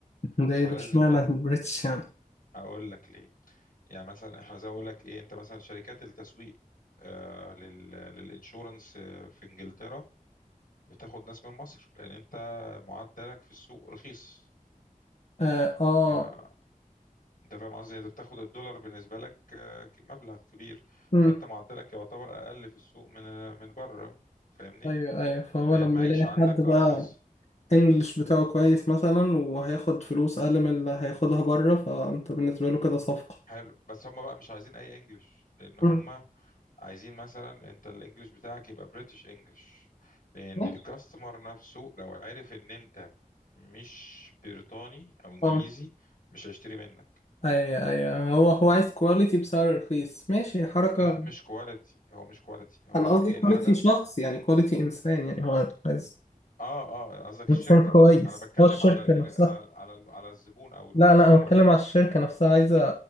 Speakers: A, on the left (about 50°); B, on the left (about 75°).
A: ده
B: فلازم
A: ايه ده اشمعنى البريتش يعني
B: اقول لك ليه يعني مثلا احنا زي ما اقول لك ايه انت مثلا شركات التسويق آه لل للانشورنس آه، في انجلترا بتاخد ناس من مصر لان انت معدلك في السوق رخيص
A: اه
B: آه انت فاهم قصدي يعني انت بتاخد الدولار بالنسبه لك آه، ك- مبلغ كبير
A: آه.
B: فانت معدلك يعتبر اقل في السوق من آه، من بره فاهمني
A: ايوه ايوه فهو
B: لان
A: لما
B: المعيشه
A: يلاقي
B: عندك
A: حد بقى
B: ارخص
A: انجلش بتاعه كويس مثلا وهياخد فلوس اقل من اللي هياخدها بره فانت بالنسبه له كده صفقه
B: حلو بس هم بقى مش عايزين اي انجليش لان هم
A: مم.
B: عايزين مثلا انت الانجليش بتاعك يبقى بريتش انجليش لان
A: ماشي
B: الكاستمر نفسه لو عارف ان انت مش بريطاني او انجليزي
A: اه
B: مش هيشتري منك
A: ايوه ايوه هو هو عايز كواليتي بسعر رخيص ماشي حركه
B: لا مش كواليتي هو مش كواليتي هو
A: انا
B: ال-
A: قصدي كواليتي
B: الهدف
A: شخص يعني كواليتي انسان يعني هو عايز
B: اه اه قصدك الشركة
A: انسان كويس
B: انا بتكلم
A: هو الشركه
B: على ال
A: نفسها
B: على ال على, ال على الزبون او الكونسيومر
A: لا لا انا بتكلم على الشركه نفسها عايزه